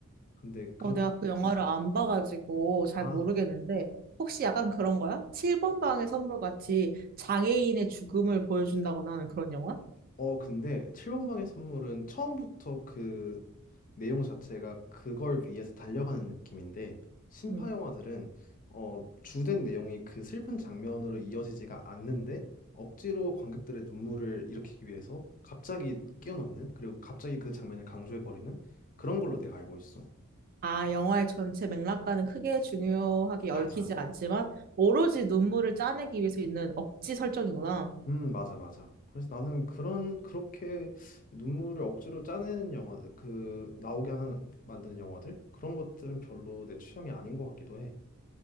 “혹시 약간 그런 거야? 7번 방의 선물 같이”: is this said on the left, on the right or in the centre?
Right